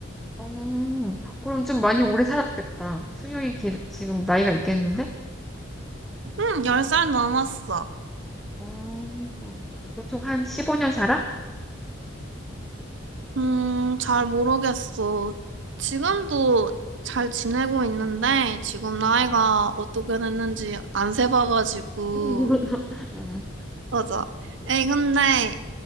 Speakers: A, in the centre; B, on the right.
A: 어, 그럼 좀 많이 오래 살았겠다. 수명이 길, 지금 나이가 있겠는데?
B: 응, 10살 넘었어.
A: 어, 보통 한 15년 살아?
B: 음, 잘 모르겠어. 지금도 잘 지내고 있는데 지금 나이가 어떻게 됐는지 안 세봐가지고.
A: <laughs> 음,
B: 맞아. 에이, 근데